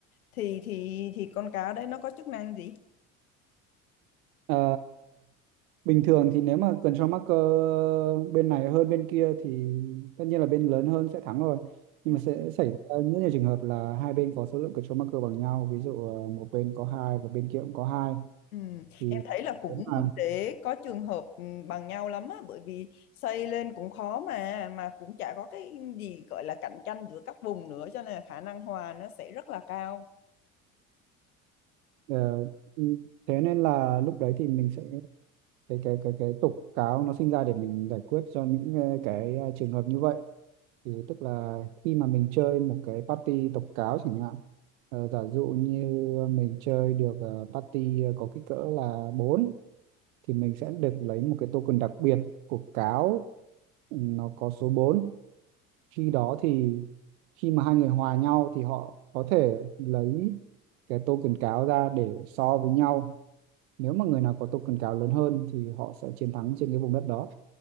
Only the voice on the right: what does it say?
Ờ, bình thường thì nếu mà control marker bên này hơn bên kia thì tất nhiên là bên lớn hơn sẽ thắng rồi nhưng
mà sẽ xảy ra rất nhiều trường hợp là hai bên có số lượng control marker bằng nhau ví dụ ờ, một bên có hai và bên kia cũng có hai
thì
nếu mà
ờ, ừ, thế nên là lúc đấy thì mình sẽ cái cái cái cái tục cáo nó sinh ra để mình giải quyết cho những ờ, cái ờ, trường hợp như vậy thì tức là khi mà mình chơi một cái party tục cáo chẳng hạn ờ, giả dụ như mình chơi được ờ, party ờ, có kích cỡ là bốn thì mình sẽ được lấy một cái token đặc biệt của cáo ừ, nó có số bốn khi đó thì khi mà hai người hòa nhau thì họ có thể lấy cái token cáo ra để so với nhau nếu mà người nào có token cáo lớn hơn thì họ sẽ chiến thắng trên cái vùng đất đó